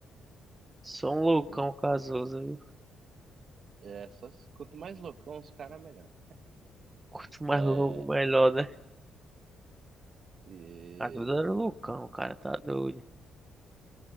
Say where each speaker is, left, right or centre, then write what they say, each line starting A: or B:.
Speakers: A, on the right; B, on the right.
A: sou um loucão
B: E
A: casoso, viu?
B: é, só se- quanto mais loucão os caras, melhor.
A: Quanto mais
B: É,
A: louco, melhor, né?
B: e,
A: A Duda era um loucão, cara, tá doido.